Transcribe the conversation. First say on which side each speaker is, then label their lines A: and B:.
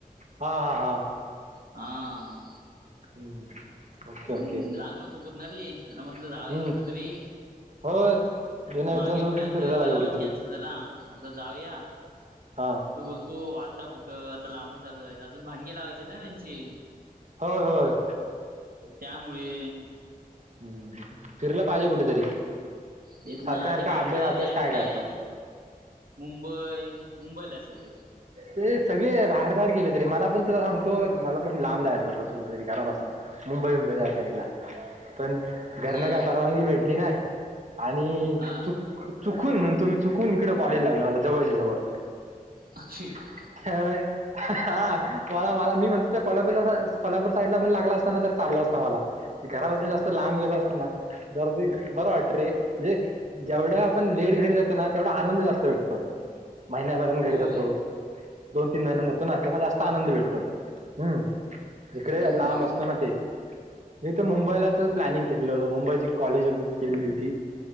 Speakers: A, on the right; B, on the right.
A: हा हा हा
B: हा.
A: हम्म. ओके
B: हम्म
A: ओके
B: लहानपणा सोबत ना रे त्याला म्हटलं
A: हम्म
B: जाऊया कुठतरी.
A: हो जुन्या मित्रांसोबत
B: मागे पण प्लॅन
A: फिरायला
B: केलेला
A: पाहिजे कुठेतरी
B: कॅन्सल झाला. म्हटलं जाऊया
A: हा.
B: तो बोलतो आता कुठं आता लावणी चालू झाली. अजून भांगी लावायचे आहेत ना त्यांची.
A: होय होय.
B: त्यामुळे
A: हम्म फिरलं पाहिजे कुठेतरी.
B: तेच ना
A: सारखा
B: आणि
A: सारखा
B: बाकीचे
A: अभ्यास अभ्यास
B: जे आहे
A: काय
B: ते
A: करतो
B: मुंबई मुंबईला आहेत सगळे.
A: ते सगळे बाहेर बाहेर गेलेत रे. मला पण तुला सांगतो, मला पण लांब जायचं होतं कुठतरी घरापासनं. मुंबई-बिंबई त्या साईडला पण
B: हा
A: घरनं काय परवानगी भेटली नाही. आणि
B: हा
A: चु-चुकून म्हणतो मी चुकून इकडे कॉलेज लागलं मला जवळच्या जवळ.
B: <unintelligible>
A: <unintelligible> ह्.. हा.. मला.. मला मी म्हणत कोल्हापूरला कोल्हापूर साईडला पण लागला असताना तरी चाललं असतं मला. घरापासन जास्त लांब गेल असत ना जर बरं वाट रे.. जेवढ्या आपण लेट घरी जातो ना तेवढा आनंद जास्त भेटतो, महिन्याभरान घरी जातो.
B: व्हय
A: दोन- तीन महिन्यात जातो ना तेव्हा जास्त आनंद भेटतो, ह्म्म्.. इकडे
B: होय
A: लांब असतो ना ते मी तर मुंबईलाचच प्लॅनिंग केलेलं होत मुंबईची कॉलेज बुक केली होती.